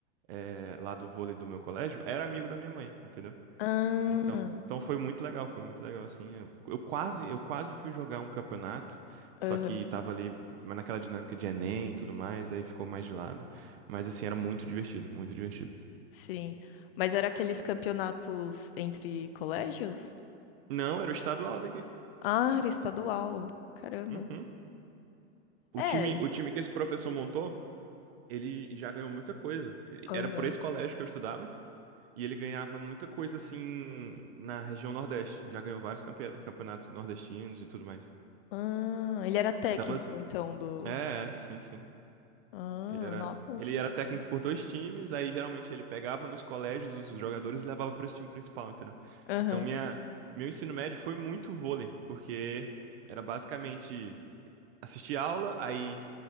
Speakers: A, on the right; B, on the left.
A: eh, lá do vôlei do meu colégio era amigo da minha mãe, entendeu?
B: Ah,
A: Então, então foi muito legal, foi muito legal assim. Eu, eu quase, eu quase fui jogar um campeonato, só
B: aham.
A: que tava ali mas naquela dinâmica de Enem e tudo mais, aí ficou mais de lado. Mas assim, era muito divertido, muito divertido.
B: Sim. Mas era aqueles campeonatos entre colégios?
A: Não, era o estadual daqui.
B: Ah, era estadual. Caramba.
A: Uhum. O
B: É.
A: time, o time que esse professor montou, ele já ganhou muita coisa. Ele-
B: Aham.
A: Era por esse colégio que eu estudava e ele ganhava muita coisa assim na região Nordeste. Já ganhou vários campe- campeonatos nordestinos e tudo mais.
B: Ah, ele era técnico,
A: Então, assim,
B: então, do.
A: É, é, sim, sim.
B: Ah,
A: Ele era,
B: nossa,
A: ele
B: que interessante.
A: era técnico por dois times, aí geralmente ele pegava nos colégios os jogadores e levava para esse time principal, entendeu?
B: Aham.
A: Então minha, meu ensino médio foi muito vôlei, porque era basicamente assistir aula, aí